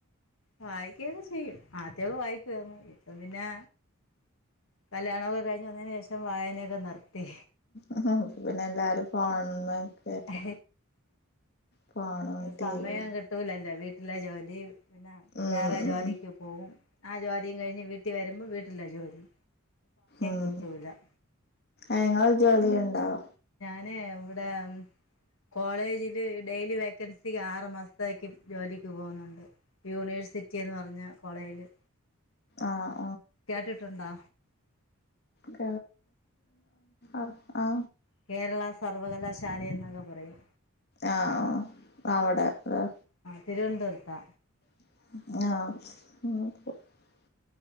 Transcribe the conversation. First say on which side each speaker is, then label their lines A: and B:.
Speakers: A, on the left; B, on the left.
A: വായിക്കക്കെ ചെയ്യും ആദ്യൊക്കെ വായിക്കുവന്ന് ഇപ്പം പിന്നെ കല് ആണകേ കഞ്ഞ പക്ഷം വായനൊക്കെ നിർത്തി
B: ഇപ്പൊ പിന്നെ എല്ലാരും ഫോൺമേക്കല്ലേ
A: അ
B: ഫോണും
A: ഉം
B: ടിവിയും
A: സമയം കിട്ടൂലല്ലേ വീട്ട ഇല്ല ജോി പിന്നെ
B: ഉം
A: വേറെ
B: ഉം
A: ജാലിക്ക് പോകവും ആജോ അത കഴിഞ് വീട്ട വമ്പോ വീ എല്ല ജോലി
B: ഉം
A: കിട്ടൂല
B: അങ്ങൾ ജോലി ഉണ്ടാവോ
A: ഇവി കോളേജില് ഡെി വൻസി ആറു മാസത്തേക്ക്ും ജോലിക്ക് പോകുന്നുണ്ട് യൂണിവേഴ്സിറ്റി എന്ന് പറഞ്ഞ കോളേജിൽ
B: ആഹ
A: കേട്ടിട്ടുണ്ടോ
B: ക ആഹ
A: കേരള സർവകലാശാല എന്നൊക്കെ പറയും
B: ആഹ ആ അവിടെ ഹ
A: തിരുവനന്തപുരത്ത
B: ആഹ